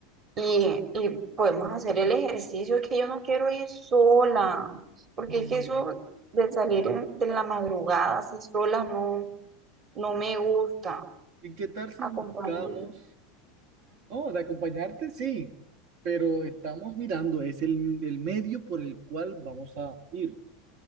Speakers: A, on the right; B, on the right.
A: y, y podemos hacer el ejercicio, es que yo no quiero ir sola, porque
B: Mm,
A: es que eso de salir en- de la madrugada así sola no, no me gusta.
B: ¿Y qué tal si
A: Acompáñame.
B: buscamos? No, de acompañarte sí, pero estamos mirando, es el, el medio por el cual vamos a ir.